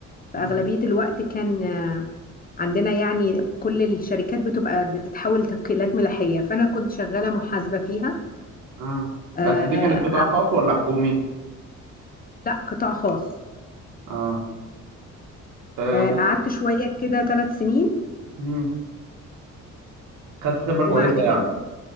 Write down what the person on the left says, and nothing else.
فأغلبية
الوقت كان آه، عندنا يعني كل الشركات بتبقى بتتحول توكيلات ملاحية فأنا كنت شغالة محاسبة فيها
آه،
لا قطاع خاص
آه،
قعدت شوية كده ثلاث سنين
وبعد
كده